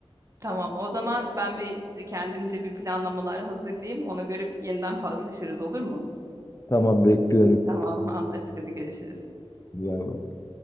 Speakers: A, on the right; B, on the left.
A: Tamam. O zaman ben bir kendimce bir planlamalar hazırlayayım. Ona göre yeniden paslaşırız olur mu?
B: Tamam bekliyorum.
A: Tamam, anlaştık. Hadi görüşürüz.
B: Güzel bak.